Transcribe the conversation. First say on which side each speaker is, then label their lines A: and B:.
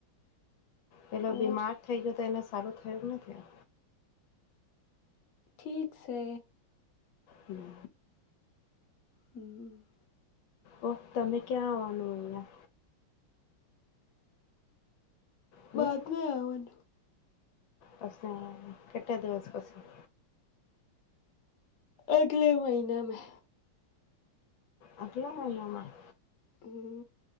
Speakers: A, on the left; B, on the left.
A: પેલો
B: ઓર
A: બીમાર થઈ ગયો તો એને સારો થયો કે ન થયો.
B: ઠીક છે.
A: હમ
B: હમ
A: ઓ તમે ક્યાં આવવાનું અહીંયા? હમ
B: બાદમાં આવાનું.
A: બસમાં આવાનું કેટલા દિવસ પછી.
B: અગલે મહિને મેં.
A: આગલા મહિના માં.
B: હમ